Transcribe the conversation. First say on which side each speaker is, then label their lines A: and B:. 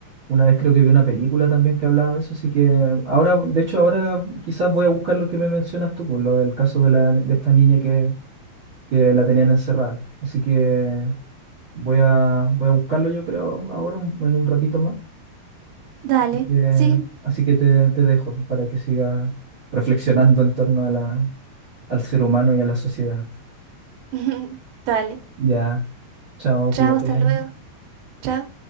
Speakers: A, on the right; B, on the right.
A: Una vez creo que vi una película también que hablaba de eso, así que ahora, de hecho ahora quizás voy a buscar lo que me mencionas tú, por lo del caso de la, de esta niña que, que la tenían encerrada. Así que voy a, voy a buscarlo yo creo ahora, un- en un ratito más.
B: dale,
A: Así que,
B: sí.
A: así que te, te dejo para que sigas reflexionando en torno a la, al ser humano y a la sociedad.
B: <laughs> Dale.
A: Ya, chao,
B: Chao,
A: cuídate.
B: hasta luego. Chao.